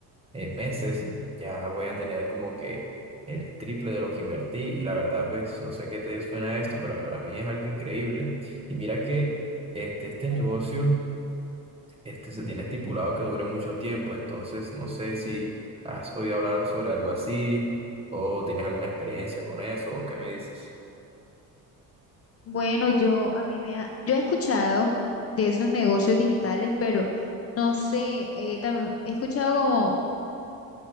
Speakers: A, on the right (about 15°); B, on the left (about 40°).
A: eh, meses, ya voy a tener como que el triple de lo que invertí y la verdad, pues no sé qué te suena esto, pero para mí es algo increíble. Y mira que este, este negocio este, se tiene estipulado que dure mucho tiempo, entonces no sé si has oído hablar sobre algo así o tienes alguna experiencia con eso o qué me dices.
B: Bueno, yo a mí me ha- yo he escuchado de esos negocios digitales, pero no sé, eh, también he escuchado como,